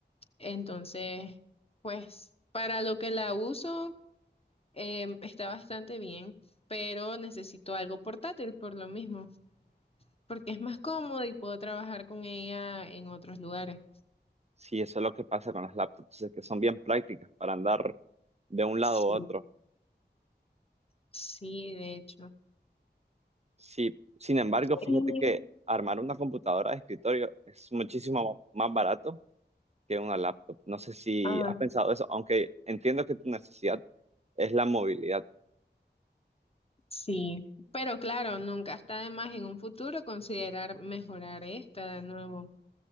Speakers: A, on the left; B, on the right.
A: Entonces, pues para lo que la uso em, está bastante bien, pero necesito algo portátil por lo mismo, porque es más cómodo y puedo trabajar con ella en otros lugares.
B: Sí, eso es lo que pasa con las laptops, es que son bien prácticas para andar de un
A: Sí,
B: lado a otro.
A: Sí, de hecho.
B: Sí, sin embargo,
A: Y-
B: fíjate que armar una computadora de escritorio es muchísimo más barato que una laptop. No sé si
A: ajá.
B: has pensado eso, aunque entiendo que tu necesidad es la movilidad.
A: Sí, pero claro, nunca está de más en un futuro considerar mejorar esta de nuevo